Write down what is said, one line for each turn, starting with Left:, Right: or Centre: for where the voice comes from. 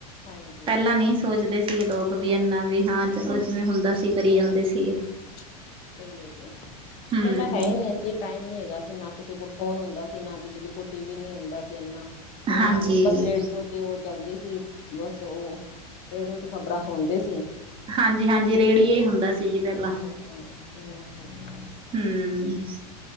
Left: ਹਾਂਜੀ
Right: ਪੈਲਾਂ ਨੀ ਸੋਚਦੇ ਸੀ ਏ ਲੋਕ ਵੀ ਐਨਾ ਵੀ ਹਾਂ ਚਲੋ ਜਿਵੇਂ ਹੁੰਦਾ ਸੀ ਕਰੀ
Left: ਹੂੰ
Right: ਜਾਂਦੇ ਸੀਗੇ।
Left: ਸਈ ਐ ਜੀ
Right: ਹੂੰ,
Left: ਪੈਲਾਂ ਹੈ ਹੀ ਨਈ ਤੇ ਟਾਈਮ ਨੀ ਹੈਗਾ ਸੀ ਨਾ ਕਿਸੇ ਕੋਲ ਫੋਨ ਹੁੰਦਾ ਸੀ ਨਾ ਬਿਜਲੀ ਕੋਈ ਟੀ ਵੀ ਨੀ ਹੁੰਦਾ ਸੀ ਐਨਾ। ਤੇ ਨਾ
Right: ਹਾਂਜੀ।
Left: ਰੇ ਬਸ ਰੇਟ ਤੇ ਉਹ ਚੱਲਦੇ ਸੀ ਬਸ ਉਹ ਰੇੜਓ ਤੇ ਖ਼ਬਰਾਂ ਸੁਣਦੇ ਸੀ।
Right: ਹਾਂਜੀ-ਹਾਂਜੀ ਰੇੜੀਏ ਹੀ ਹੁੰਦਾ ਸੀ ਜੀ ਪੈਲਾਂ।
Left: <inaudible>
Right: ਹੂੰ